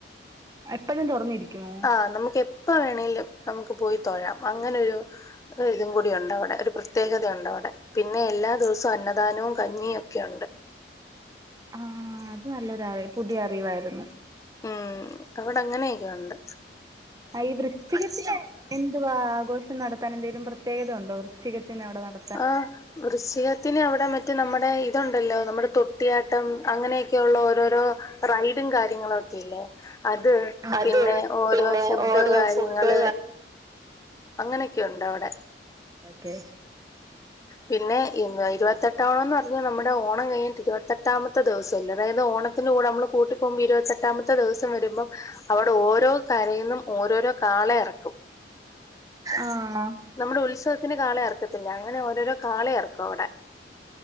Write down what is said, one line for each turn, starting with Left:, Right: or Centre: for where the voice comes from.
Right: എപ്പഴും തൊറന്നിരിക്കുമോ
Left: ആഹ് നമുക്ക് എപ്പ വേണേലും നമുക്ക് പോയി തോഴാം അങ്ങനൊരു ഹ് ഇതും കൂടിയുണ്ടവടെ ഒരു പ്രത്യേകതയുണ്ട് അവടെ പിന്നെ എല്ലാ ദിവസു അന്നദാനവും കഞ്ഞിയും ഒക്കെയുണ്ട്
Right: ആഹ് അത് നല്ലൊരാവെ പുതിയ അറിവായിരുന്നു
Left: ഉം അവ്ടെ അങ്ങനെയൊക്കെയുണ്ട്
Right: അയ് <unintelligible> എന്തുവാ ആഘോഷം നടത്താൻ എന്തെലും പ്രത്യേകത ഉണ്ടോ വൃച്ചികത്തിന് അവ്ടെ നട
Left: ആഹ് വൃക്ഷികത്തിന് അവിടെ മറ്റേ നമ്മുടെ ഇതുണ്ടല്ലോ നമ്മുടെ തൊട്ടിയാട്ടം അങ്ങനെയൊക്കെയുള്ള ഓരോരോ പ്രവിഡും കാര്യങ്ങളൊക്കെ ഇല്ലേ അത്
Right: അത്
Left: പിന്നെ ഓരോ
Right: പിന്നെ
Left: ഫുഡ്ഡ്
Right: ഓരോ
Left: കാര്യങ്ങള്
Right: ഫുഡ്
Left: അങ്ങനെക്കെ ഉണ്ട് അവടെ
Right: ഓക്കെ
Left: പിന്നെ ഇൻവെ ഇരുവെത്തെട്ടാം ഓണംന്ന് പറഞ്ഞാൽ നമ്മുടെ ഓണം കഴിഞ്ഞിട്ട് ഇരുവെത്തെട്ടാമത്തെ ദിവസല്ലെ അതായത് ഓണ ത്തിന്റെ കൂടെ നമ്മള് കൂട്ടി പോവുമ്പോ ഇരുവെത്തെട്ടാമത്തെ ദിവസം വരുമ്പം അവ്ടെ ഓരോ കരയിന്നും ഓരോരോ കാളെ ഇറക്കും
Right: ആഹ്
Left: നമ്മള് ഉത്സവത്തിന് കാളെ ഇറക്കത്തില്ലെ അങ്ങനെ ഓരോരോ കാള എറ്ക്കും അവ്ടെ